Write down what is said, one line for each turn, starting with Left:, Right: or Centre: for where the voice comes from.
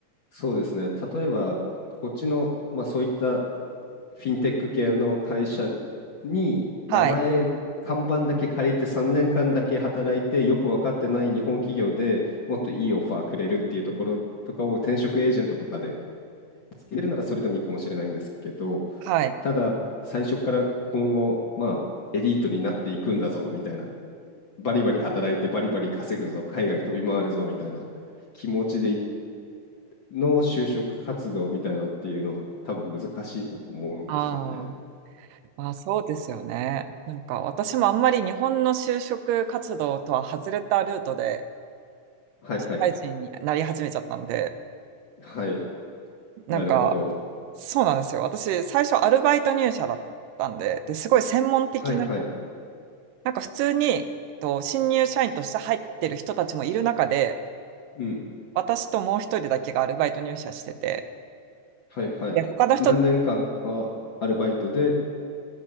Left: そうですね、例えば、こっちの、まあ、そういったフィンテック系の会社に、
Right: はい。
Left: 名前、看板だけ借りて3年間だけ働いて、よく分かってない日本企業でもっといいオファーくれるっていうところとかを転職エージェントとかで見つけるならそれでもいいかもしれないんですけど、
Right: はい。
Left: ただ最初から今後、まあ、エリートになっていくんだぞみたいな、バリバリ働いてバリバリ稼ぐぞ、海外飛び回るぞみたいな気持ちでいの就職活動みたいなのっていうのは多分難しいと思うんですよね。
Right: ああ、まあそうですよね。なんか私もあんまり日本の就職活動とは外れたルートで
Left: はいはい。
Right: 社会人になり始めちゃったんで、
Left: はい。
Right: なんかそうなんですよ。
Left: なるほど。
Right: 私最初アルバイト入社だったんで、で、すごい専門的
Left: はいはい。
Right: なんか普通に、えっと、新入社員として入ってる人たちもいる中で、
Left: うん。
Right: 私ともう一人だけがアルバイト入社してて、
Left: はいはい。
Right: で、他の人、
Left: 何年間かアルバイトでっ